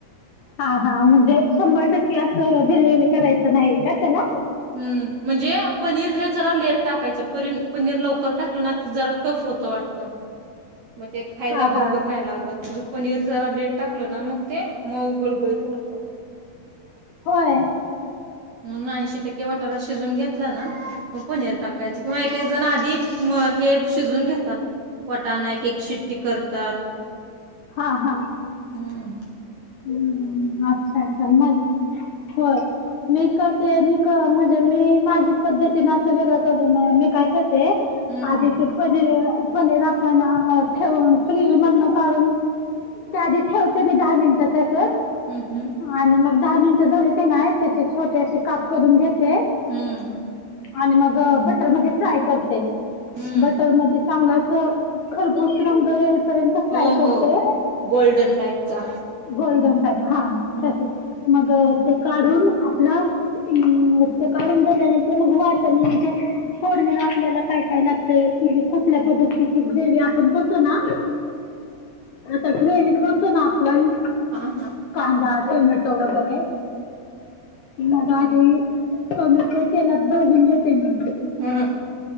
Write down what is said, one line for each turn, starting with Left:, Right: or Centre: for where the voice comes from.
Left: हा हा म्हणजे शंभर टक्के असं भिलेले करायचं नाही का त्याला
Right: हम्म म्हणजे पनीर हे जरा लेट टाकायचं पनीर पनीर लवकर टाकलं ना जरा त वाटत मग ते खायला
Left: हा
Right: बरोबर
Left: हा
Right: नाही लागत पनीर जरा लेट टाकलं ना मग ते मग उघळ गोळीत राहतो
Left: होय
Right: मून श टके वाटा शिजून घेतला ना मग पनीर टाकायच किंवा एक एक जण आधी हे शिजून घेतात पटाण एक एक शिट्टी करतात
Left: हां हा
Right: हम्म
Left: हम् अच्छा अच्छा मज होय मी करते मी म्हणजे मी माझी पद्धतीने असं वेगळं करते मी काय करते
Right: हं,
Left: आधी ते पनीर पनीर आपण ठेवून फ्रीज मधन काढून त्या आधी ठेवते मी दहा मिनिटं कसत
Right: हम् हम्
Left: आणि मग दहा मिनट झाले ते नाही त्याचे छोटे असे काप करून घेत ते
Right: हं,
Left: आणि मग बटर म फ्राय करते
Right: हं.
Left: बटर म चांगलं अस खरपूस रंग येईपर्यंत कााय
Right: हो,
Left: करते
Right: हो. गोल्डन टाईपचा.
Left: गोल्डन टाईप हा
Right: हं.
Left: तसच मग ते काढून आपलं हम् ते काढून झाल्यानंतर मग वाचर म्हणजे सोडलेला आपल्याला काय काय लागत म्हणजे कुठल्या पद् श्रवी आपण करतो ना सग्रवी करतो ना आपण
Right: हां हां
Left: कांदा टोमॅटो वगैरे मगारी स तोतेला बघून घेते म
Right: हम्म